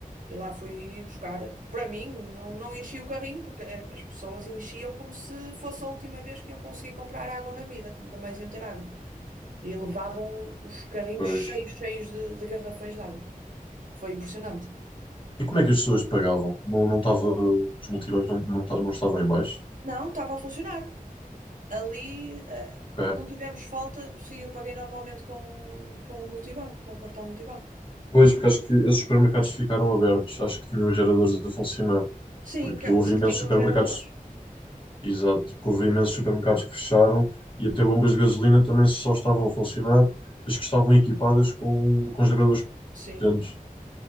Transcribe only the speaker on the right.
E lá fui buscar. Para mim, não, não enchi o carrinho, porque eh, as pessoas enchiam como se fosse a última vez que iam conseguir comprar água na vida, que nunca mais iam ter água. E levavam os carrinhos
cheios, cheios de, de garrafões de água. Foi impressionante.
Não, estava a funcionar. Ali, eh,
não tivemos falta. Sim, eu paguei normalmente com, com o multibanco, com o cartão multibanco.
Sim,
que-
os
que tinham
geradores.
Sim,